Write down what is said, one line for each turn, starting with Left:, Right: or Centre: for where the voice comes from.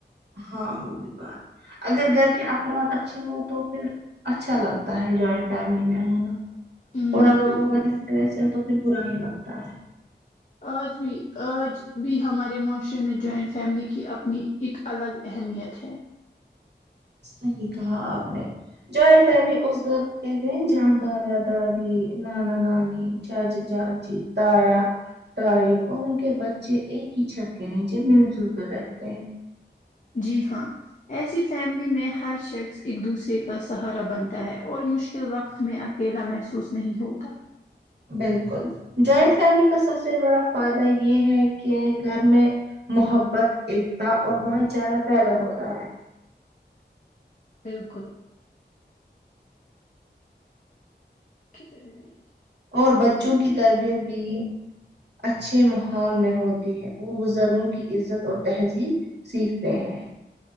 Right: ہاں وہ بھی بات اگر گھر کے افراد اچھے ہو تو پھر اچھا لگتا ہے جوائنٹ فیملی میں ہونا
Left: ہ
Right: اور اگر
Left: بالکل
Right: وہ وس ہو تو پھر برا ہی لگتا ہے
Left: آج بھی آج بھی ہمارے معاشرے میں جوائنٹ فیملی کی اپنی اک الگ اہمیت ہے
Right: صحیح کہا آپ نے جوائنٹ فیملی اس گھر کہتے ہیں جان دادا داد نانا نانی جاج جاجی تایا تائی اور ان کے بچے ایک ہی چھت کے نیچے مل جل کر رہتے ہیں
Left: جی ہاں ایسی فیملی میں ہر شخص ایک دوسرے کا سہارا بنتا ہے اور مشکل وقت میں اکیلا محسوس نہیں ہوتا
Right: بالکل جوائنٹ فیملی کا سب سے بڑا فائدہ یہ ہے کہ گھر میں محبت ایکتا اور بھائی چارہ پیدا ہوتا ہے
Left: بالکل ک طر جائ
Right: اور بچوں کی تربیت بھی اچھے ماحول میں ہوتی ہے وہ بزرگوں کی عزت اور تہذیب سیکھتے ہیں